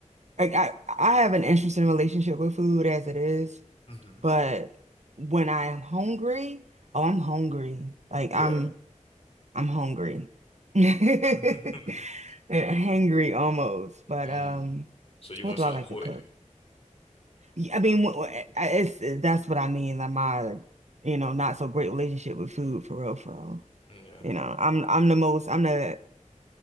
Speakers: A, on the right (about 60°); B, on the left (about 45°).
A: Like I, I have an interesting relationship with food as it is,
B: hmm
A: but when I am hungry, oh, I'm hungry. Like
B: Yeah.
A: I'm, I'm hungry, <laughs> hangry
B: <laughs>
A: almost. But
B: Mm.
A: um,
B: So you
A: what
B: want
A: do
B: something
A: I like
B: quick?
A: to cook? Yeah, I mean, wh- wh- I- it's that's what I mean. Like my, you know, not so great relationship with food for real, for real.
B: Yeah.
A: You know, I'm, I'm the most, I'm the